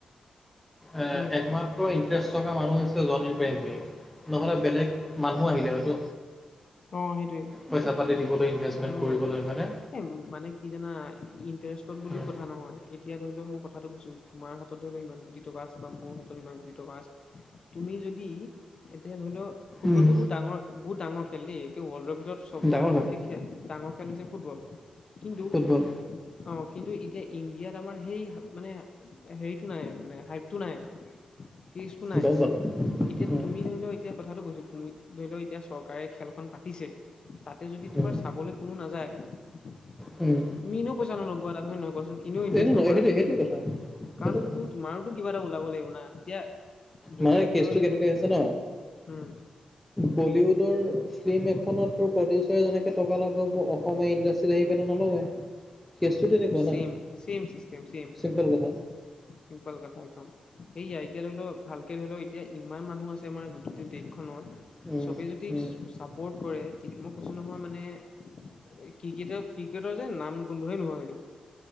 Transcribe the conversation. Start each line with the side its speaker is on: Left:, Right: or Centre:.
Centre: এ
Left: উম
Centre: একমাত্ৰ ইণ্টাৰেষ্ট থকা মানুহ হৈছে জন ইব্ৰাহিমে। নহ'লে বেলেগ মানুহ আহিলে হয়তো।
Left: অ', সেইটোয়ে।
Centre: পইচা পাতি দিবলৈ ইনভেষ্টমেণ্ট
Left: উম।
Centre: কৰিবলৈ হয়নে?
Left: এ মানে কি জানা ইটাৰেষ্টত বুলিও
Centre: উম।
Left: কথা নহয় এতিয়া ধৰি লওঁ মই কথাটো কৈছো। তোমাৰ হাতত ধৰি লোৱা ইমান কোটি টকা আছে বা মোৰ হাতত ইমান কোটি টকা আছে। তুমি যদি এতিয়া ধৰি ল ফুটবলটো
Centre: উম,
Left: বহুৰ ডাঙৰ বহুত ডাঙৰ খেল দে একে ৱৰ্ল্ডৰ ভিতৰত চব
Centre: ডাঙৰ
Left: চবতকে
Centre: হয়।
Left: খেল ডাঙৰ খেল হৈছে ফুটবল। কিন্তু
Centre: ফুটবল
Left: অ', কিন্তু এতিয়া ইণ্ডিয়াত আমাৰ সেই মানে হেৰিটো নাই মানে হা টো নাই কেচটো নাই।
Centre: গম পালা?
Left: এতিয়া
Centre: উম,
Left: তুমি ধৰি ল এতিয়া কথাটো কৈছো তুমি ধৰি ল এতিয়া চৰকাৰে খেলখন পাতিছে। তাতে যদি তোমাৰ
Centre: উম,
Left: চাবলৈ কোনো নাযায়।
Centre: উম।
Left: তুমি এনেও পইচা নলগোৱা তাত হয় নে নহয় কোৱাচোন এনেও ইনভেষ্ট
Centre: এইটো নহয়
Left: নকৰা।
Centre: সেইটোৱে সেইটোৱে কথা সেইটোৱে
Left: কাৰণ
Centre: কথা।
Left: তু তোমাৰোতো কিবা এটা ওলাব লাগিব না। এতিয়া যদি
Centre: মানে
Left: ধৰি
Centre: কেচটো
Left: লও
Centre: কেনেকুৱা হৈছে জানা?
Left: উম
Centre: বলিউডৰ ফিল্ম এখনত তোৰ প্ৰডিউচাৰে যেনেকে টকা লগাব অসমীয়া ইণ্ডাচ <unintelligible> নলগায় কেচটো তেনেকুৱা না
Left: same same system same system
Centre: simple কথা।
Left: চিম্পল কথা একদম। সেইয়া এতিয়া ধৰি ল ভালকে ধৰি ল এতিয়া ইমান মানুহ আছে আমাৰ গোটেইটে দেশখনত।
Centre: উম,
Left: চবে যদি
Centre: উম।
Left: চা চাপৰ্ট কৰে মই কৈছো নহয় মানে ক্ৰিকেটক ক্ৰিকেটৰ যে নাম গোন্ধই নোহোৱা হৈ যাব।